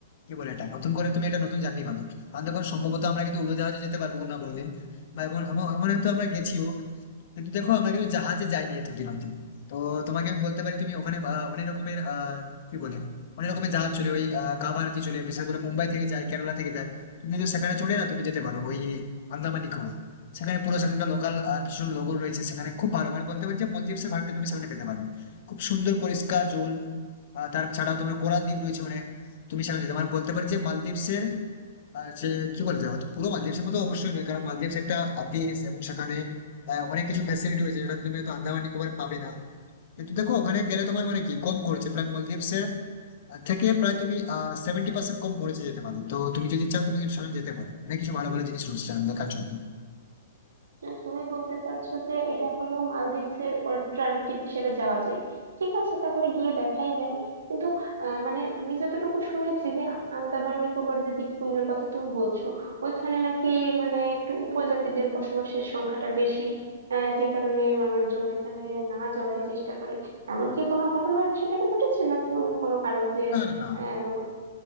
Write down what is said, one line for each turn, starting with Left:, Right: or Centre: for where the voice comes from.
Left: কি বলে এটা নতুন করে তুমি একটা নতুন জার্নি পাবে কারণ দেখো সম্ভবত আমরা কিন্তু উড়োজাহাজে যেতে পারবো কোনো না কোনোদিন বা এমন এমন এমন হয়তো আমরা গেছিও কিন্তু দেখো আমরা কিন্তু জাহাজে যাইনি এতদিন অব্দি তো তোমাকে আমি বলতে পারি তুমি ওখানে আহ, অনেক রকমের আহ কি বলে অনেক রকমের জাহাজ চলে ওই আহ, কাভারাতি চলে বিশেষ করে মুম্বাই থেকে যায় কেরালা থেকে যায় তুমি কিন্তু সেখানে চড়ে না তুমি যেতে পারো ওই আন্দামান নিকোবর সেখানে পুরো সেখানকার লোকাল কিছু লোগো রয়েছে সেখানে খুব ভালো মানে বলতে পারছি মলদ্বীপের ভাবটা তুমি সেখানে পেতে পারবে খুব সুন্দর পরিষ্কার জল আহ, তার ছাড়াও তোমার কোরাল দ্বীপ রয়েছে অনেক তুমি সেখানে যেতে মানে বলতে পারি যে মালদ্বীপসের আর হচ্ছে কি বলতে হয়তো পুরো মালদ্বীপের মতো অবশ্যই নয় কারণ মালদ্বীপ একটা দেশ এবং সেখানে আহ, অনেক কিছু ফ্যাসিলিটি রয়েছে যেটা তুমি হয়তো আন্দামান নিকোবরে পাবে না কিন্তু দেখো ওখানে গেলে তোমার মানে কি কম খরচে প্রায় মালদ্বীপসের থেকে প্রায় তুমি আহ সেভেন্টি পার্সেন্ট কম খরচে যেতে পারো তো তুমি যদি চাও তুমি কিন্তু সেখানে যেতে পারো অনেক কিছু ভালো ভালো জিনিস রয়েছে সেখানে দেখার জন্য
Right: আহ, তুমি বলতে চাচ্ছো যে এটা হলো মালদ্বীপের অল্টারনেটিভ হিসেবে যাওয়া যায় ঠিক আছে তাহলে গিয়ে দেখাই যায় কিন্তু আহ, মানে আমি যতটুকু শুনেছি যে আন্দামান নিকোবর যে দ্বীপপুঞ্জের কথা তুমি বলছো ওইখানে নাকি মানে একটু উপজাতিদের বসবাসের সংখ্যাটা বেশি আহ, যে কারণে মানুষজন এখানে না যাওয়ারই চেষ্টা করে এমন কি কোনো ঘটনা সেখানে ঘটেছে নাকি অন্য কোনো কারণ যে
Left: না না না
Right: আহ